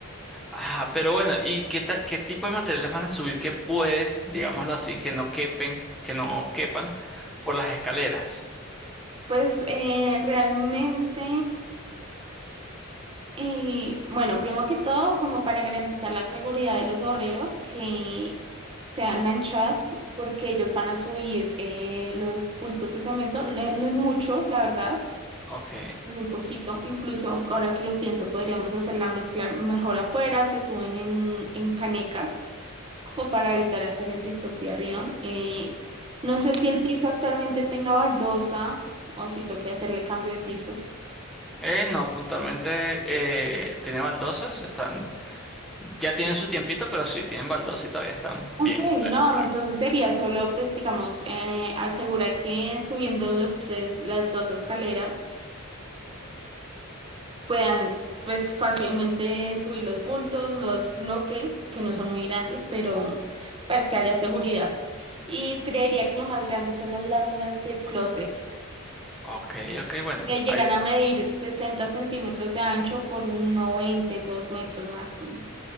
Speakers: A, in the centre; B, on the right.
A: Ah, pero bueno, ¿y qué, ta- qué tipo de materiales van a subir que pueden, digámoslo así, que no quepen, que no quepan por las escaleras?
B: Pues eh, realmente, y bueno, primero que todo, como para garantizar la seguridad de los obreros que sean anchas, porque ellos van a subir eh, los bultos de cemento, no, no es mucho, la verdad
A: Ok.
B: Muy poquito, incluso ahora que lo pienso, podríamos hacer la mezcla mejor afuera, se suben en, en canecas, como para evitar hacer el distopio arriba. Eh, no sé si el piso actualmente tenga baldosa o si toque hacerle cambio de pisos.
A: Eh, no, puntualmente eh, tiene baldosas, están, ya tienen su tiempito, pero sí, tienen baldosas y todavía están
B: Ok,
A: bien. Bien,
B: no,
A: breve.
B: entonces sería solo, pues, digamos, eh, asegurar que subiendo los tres, las dos escaleras, puedan pues fácilmente subir los bultos, los bloques, que no son muy grandes, pero pues que haya seguridad. Y creería que lo más grande son las láminas del closet.
A: Ok, ok, bueno,
B: que llegan
A: ahí po-
B: a medir 60 centímetros de ancho por uno veinte dos metros máximo.